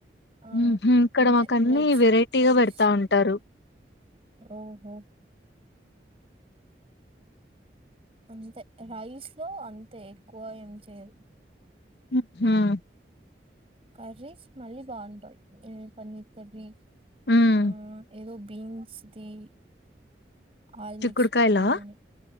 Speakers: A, on the right (about 35°); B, on the left (about 70°).
A: ఆ
B: ఉహు ఇక్కడ
A: అంతే
B: మాకు అన్ని
A: వెజ్
B: వెరైటీగా
A: రైస్
B: పెడతా ఉంటారు
A: ఓహో అంతే రైస్ లో అంతే ఎక్కువ ఏం చేయరు
B: ఉ హ్మ్మ్
A: కర్రీస్ మళ్ళీ బాగుంటాయి పన్నీర్ కర్రీ
B: ఉమ్
A: ఆ ఏదో బీన్స్ ది ఆల్మిక్స్
B: చిక్కుడుకాయలా
A: కూర్మాని